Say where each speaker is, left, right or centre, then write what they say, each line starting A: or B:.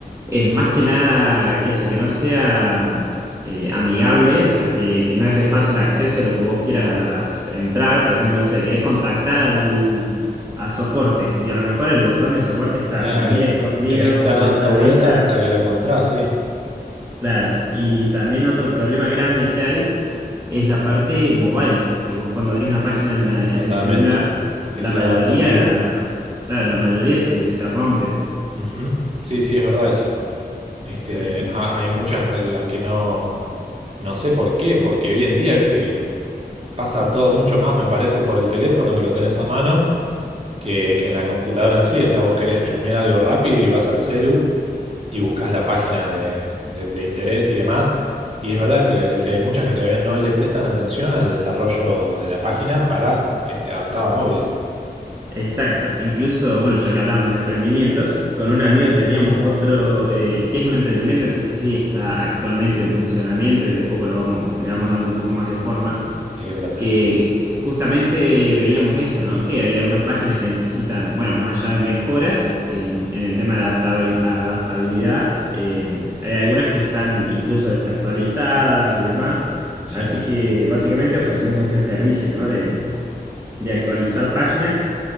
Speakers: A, on the right; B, on the right.
A: es más que nada eso, que no sea mm, eh, amigable, o sea, que, que no es de fácil acceso lo que vos quieras entrar. Por ejemplo, no sé, querés contactar al, a soporte y a lo mejor el botón de soporte está
B: Claro,
A: remil escondido
B: tenés que estar
A: o
B: dando
A: no está a la
B: vueltas
A: vista.
B: hasta que lo encontrás, sí,
A: Claro, y también otro problema grande que hay es la parte mobile, que vos cuando abrís una página en, la- en
B: totalmente.
A: el celular, la
B: Que sea
A: mayoría,
B: adaptativo.
A: claro, la mayoría se, se rompen.
B: Ujú. Sí, sí, es verdad eso. Este,
A: Así,
B: ha- hay muchas a las que no, no sé por qué, porque hoy en día, viste, que pasa todo mucho más, me parece, por el teléfono que lo tenés a mano, que, que en la computadora en sí. O sea, vos querés chusmear algo rápido y vas al celu y buscas la página de, de- de interés y demás. Y es verdad esto que decís, que hay muchas que todavía no le prestan atención al desarrollo de la página para este, adaptada a móviles.
A: exacto. Incluso, bueno, ya que hablamos de emprendimientos, con un amigo teníamos
B: Ujú.
A: otro, eh, que es un emprendimiento que este sí está actualmente en funcionamiento y de a poco lo vamos, le vamos dando un poco más de forma.
B: ¿De qué trata?
A: que justamente veíamos eso, ¿no? Que hay algunas páginas que necesitan, bueno, más allá de mejoras eh, en el tema de adaptabil- adaptabilidad, eh, hay algunas que están incluso desactualizadas y demás.
B: Sí,
A: Así
B: sí.
A: que básicamente ofrecemos ese servicio, ¿no? De, de actualizar páginas